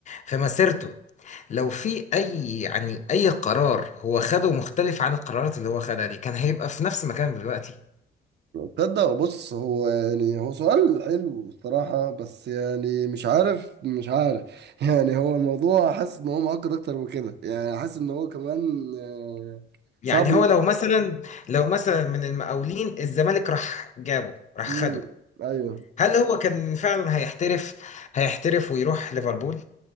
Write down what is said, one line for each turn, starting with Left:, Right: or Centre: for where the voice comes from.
Left: في مسيرته لو في اي يعني اي قرار هو خده مختلف عن القرارات اللي هو خدها دي كان هيبقى في نفس مكانه دلوقتي
Right: تصدق بص هو يعني هو سؤال حلو الصراحة بس يعني مش عارف مش عارف <laughs> يعني هو الموضوع حاسس ان هو معقد اكتر من كده يعني حاسس ان هو كمان آه،
Left: يعني
Right: صعب إن-
Left: هو لو مثلا لو مثلا من المقاولين الزمالك راح جابه راح
Right: امم
Left: خده
Right: ايوه
Left: هل هو كان فعلا هيحترف هيحترف ويروح ليفربول